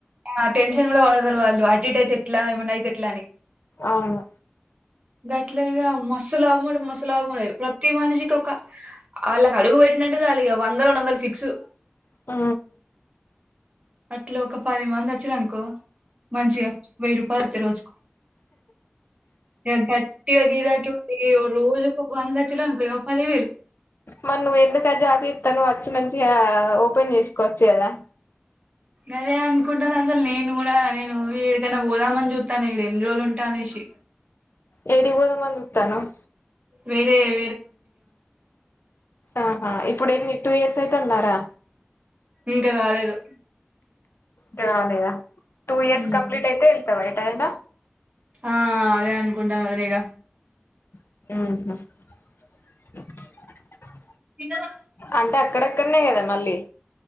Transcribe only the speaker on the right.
ఆ టెన్షన్ కూడా వాడతారు వాళ్ళు అటిట్ల అయితే ఎట్లా ఏమన్నాయితే ఎట్లా అని
గట్లో ఇగ మస్సు లాభం టె మస్సులాభం ఉన్నది ప్రతి మనిషికి ఒక ఆళ్ళకి అడుగు పెట్నంటే చాలిఇగా వంద రెండువందలు ఫిక్స్
అట్లు ఒక పది మంది వచ్చారునుకో మంచిగా వెయి రూపాయల అతే రోజుకు ఇగ గట్టిగ గిరాకి ఏ ఓ రోజుకు వందచ్చలుంట ఒక పదివేలు
అదే అనుకుంటాన అసలు నేను కూడా నేను ఏడికైనా పోదామని చూస్తనా ఈడ ఎన్ని రోజులు ఉంటా అనేసి
వేరేవే
ఇంకా కాలేదు
ఉమ్
ఆ అదే అనుకుంటాను మరీ ఇగ
తిన్నారా